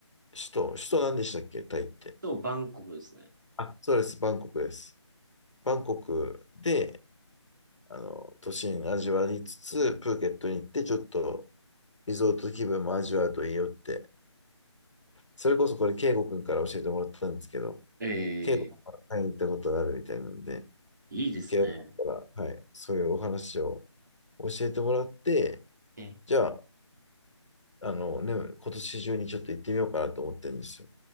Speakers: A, on the left; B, on the right.
A: 首都、首都何でしたっけタイって。
B: そう、バンコクですね。
A: あ、そうです。バンコクです。バンコクで、あの、都心味わいつつ、プーケットに行って、ちょっとリゾート気分も味わうといいよって。それこそこれ、圭吾君から教えてもらったんですけど、
B: ええ
A: けど、はい、行ったことがあるみたいなんで、
B: いいですね。
A: 慶応から、はい、そういうお話を教えてもらって、
B: え、
A: じゃあ、あのね、今年中にちょっと行ってみようかなと思ってるんですよ。